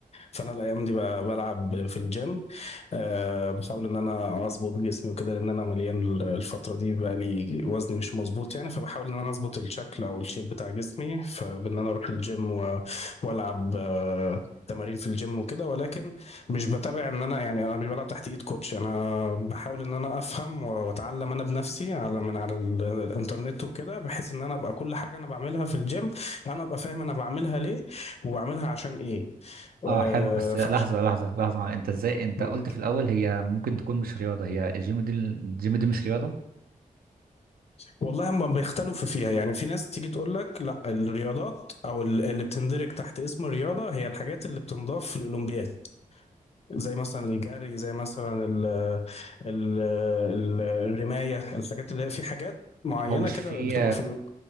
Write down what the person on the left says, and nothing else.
فانا الايام دي ب- بلعب في الجيم أه بحاول ان انا اظبط جسمي وكده لان انا مليان ال- الفتره دي بقى لي وزني مش مظبوط يعني فبحاول ان انا اظبط الشكل او الشيب بتاع جسمي فبان انا اروح الجيم و- والعب أه تمارين في الجيم وكده ولكن مش بتابع ان انا يعني انا مش بلعب تحت ايد كوتش انا بحاول ان انا افهم و- واتعلم انا بنفسي على من على ال- الانترنت وكده بحيث ان انا ابقى كل حاجه انا بعملها في الجيم انا ابقى فاهم انا بعملها ليه وبعملها عشان ايه
آه،
فعش
مم.
والله هم بيختلفوا فيها يعني في ناس تيجي تقول لك لا الرياضات او ال- اللي بتندرج تحت اسم الرياضه هي الحاجات اللي بتنضاف في الاولمبياد زي مثلا الجري زي مثلا ال ال ال الرمايه الحاجات اللي هي في حاجات معينه
كده
بتبقى في ال-